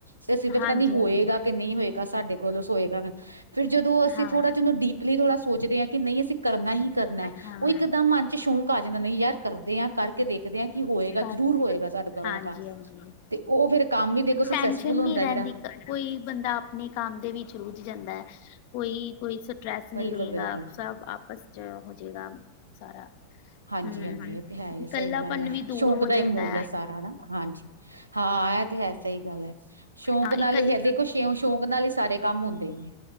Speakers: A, on the right; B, on the left.
A: ਫੇਰ ਅਸੀਂ ਤਾਂ
B: ਹਾਂਜੀ
A: ਪਤਾ ਨੀ ਹੋਏਗਾ
B: ਹਾਂਜੀ
A: ਕਿ ਨਹੀਂ ਹੋਏਗਾ ਸਾਡੇ ਕੋਲ ਸੌਏਗਾ ਫਿਰ ਜਦੋਂ ਅਸੀਂ
B: ਹਾਂ
A: ਥੋੜ੍ਹਾ ਜਿਹਾ ਉਹਨੂੰ ਡੀਪ ਲਈ ਥੋੜ੍ਹਾ ਸੋਚਦੇ ਹਾਂ। ਕਿ ਨਹੀਂ ਅਸੀਂ ਕਰਨਾ ਹੀ ਕਰਨਾ
B: ਹਾਂ
A: ਉਹ ਇੱਕਦਮ ਮਨ ਵਿੱਚ ਸ਼ੌਂਕ ਆ ਜਾਂਦਾ ਹੈ। ਨਹੀਂ ਯਾਰ ਕਰਦੇ ਹਾਂ। ਕਰਕੇ ਦੇਖਦੇ ਹਾਂ। ਕੀ ਹੋਏਗਾ
B: ਘਰ
A: ਜ਼ਰੂਰ ਹੋਏਗਾ ਸਾਡੇ ਕੋਲ ਇਹ ਵਾਲਾ
B: ਹਾਂਜੀ
A: ਕੰਮ
B: ਹਾਂਜੀ
A: ਤੇ ਉਹ ਫੇਰ ਕੰਮ ਵੀ ਦੇਖੋ ਸਕਸੈਸਫੁਲ
B: ਟੈਨਸ਼ਨ
A: ਹੁੰਦਾ
B: ਨਹੀਂ ਰਹਿੰਦੀ
A: ਜਿਹੜਾ।
B: ਕੋਈ ਬੰਦਾ ਆਪਣੇ ਕੰਮ ਦੇ ਵਿੱਚ ਰੁੱਝ ਜਾਂਦਾ ਕੋਈ ਕੋਈ। ਸਟ੍ਰੈਸ ਨਹੀਂ
A: ਬਿਲਕੁਲ-ਬਿਲਕੁਲ
B: ਰਹੇਗਾ। ਸਭ ਆਪਸ 'ਚ ਹੋ ਜੇਗਾ ਸਾਰਾ।
A: ਹਾਂਜੀ
B: ਹੂੰ,
A: ਹਾਂਜੀ ਇਹ ਤੇ ਹੈ ਹੀ
B: ਇਕੱਲਾਪਨ
A: ਸਹੀ ਗੱਲ ਏ।
B: ਵੀ ਦੂਰ
A: ਸ਼ੌਕ
B: ਹੋ
A: ਦਾ
B: ਜਾਂਦਾ
A: ਹੀ ਮੁੱਲ ਏ।
B: ਐ।
A: ਇਹ ਸਾਰਾ ਹਨਾ ਹਾਂਜੀ ਹਾਂ। ਹਾਂ ਇਹ ਤੇ ਹੈ। ਸਹੀ ਗੱਲ ਏ। ਸ਼ੌਂਕ
B: ਹਾਂ ਇਕੱਲ
A: ਨਾਲ ਹੀ ਹੈ ਦੇਖੋ। ਸ਼ ਸ਼ੌਕ ਨਾਲ ਹੀ ਸਾਰੇ ਕੰਮ ਹੁੰਦੇ ਨੇ।